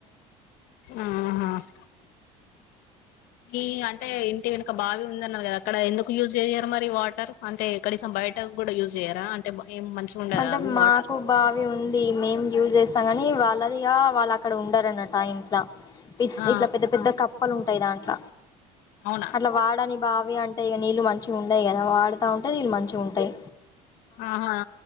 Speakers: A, on the left (about 70°); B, on the left (about 25°).
A: ఆహా అ ఈ అంటే ఇంటి వెనుక బావి ఉందన్నరు గా అక్కడ ఎందుకు యూజ్ జెయ్యారు మరి వాటర్ అంటే కనీసం బయట గుడ యూజ్ జెయరా అంటే ఏం మంచిగా ఉండదా
B: అంటే
A: అవి
B: మాకు
A: వాటర్
B: బావి ఉంది మేం యూజ్ వాళ్ళదిగా వాళ్ళక్కడ ఉండరన్నట ఆ ఇంట్ల
A: ఆ
B: ఇట్ల పెద్ద పెద్ద కప్పలు దాంట్ల
A: అవునా
B: అట్ల వాడని బావి అంటే ఇగ నీళ్ళు మంచిగుండయి గదా వాడుతా ఉంటే నీళ్ళు మంచిగుంటయి
A: ఆహా